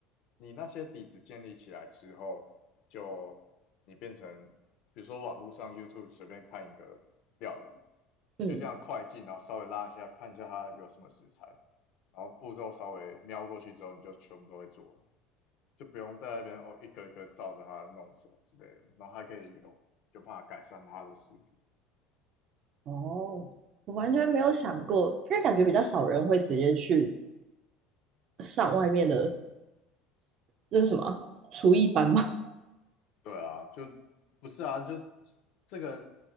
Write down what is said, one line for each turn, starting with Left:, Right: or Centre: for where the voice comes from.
Left: 你那些底子建立起来之后，就你变成，比如说网络上 YouTube 随便看一个料理，
Right: 嗯，
Left: 你就这样快进，然后稍微拉一下，看一下它有什么食材，然后步骤稍微瞄过去之后，你就全部都会做了，就不用在那边哦一个一个照着它弄什么之类的，然后还可以有有办法改善它的食
Right: 哦，我完全没有想过，因为感觉比较少人会直接去上外面的，那是什么啊厨艺班吗？
Left: 对啊，就不是啊，就这个